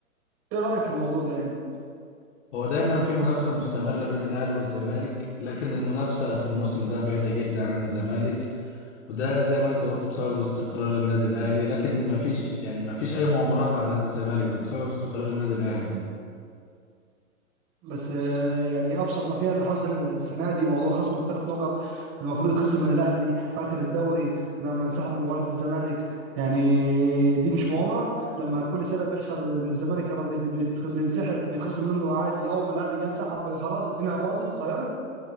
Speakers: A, on the right; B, on the left.
A: ايه رايك في الموضوع ده يعني؟
B: هو دايما في منافسة مستمرة بين الأهلي والزمالك لكن المنافسة في الموسم ده بعيدة جدا عن الزمالك وده زي ما انت قلت بسبب استقرار النادي الأهلي لكن مفيش يعني مفيش أي مؤامرات على نادي الزمالك ده بسبب استقرار النادي الأهلي
A: بس آه، يعني ابسط ما فيها اللي حصل السنه دي موضوع خصم الثلاث نقط المفروض يتخصم من الاهلي في اخر الدوري لما انسحب من مباراه الزمالك يعني دي مش مؤامره لما كل سنه بيحصل ان الزمالك لما بيت- بيت- بينسحب بيتخصم منه عادي اول ما الاهلي جه انسحب بقى خلاص الدنيا باظت واتغيرت